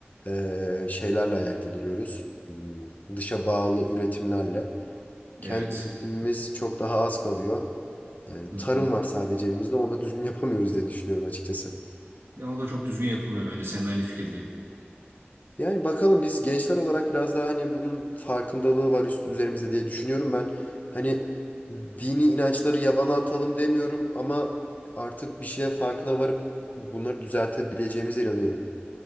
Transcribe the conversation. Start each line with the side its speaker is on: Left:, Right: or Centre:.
Left: eee, şeylerle ayakta duruyoruz. Hmm, Dışa bağlı üretimlerle. Kendi
Right: Evet.
Left: üretimimiz çok daha az kalıyor. Yani
Right: Hı
Left: tarım
Right: hı.
Left: var sadece elimizde. Onu da düzgün <laughs> yapamıyoruz diye düşünüyorum açıkçası.
Right: Ya o da çok düzgün yapılmıyor bence. Seninle aynı fikirdeyim.
Left: Yani bakalım biz gençler olarak biraz daha hani bunun farkındalığı var üst, üzerimizde diye düşünüyorum ben. Hani dini inançları yabana atalım demiyorum ama artık bir şeylerin farkına varıp bunları düzeltebileceğimize inanıyorum.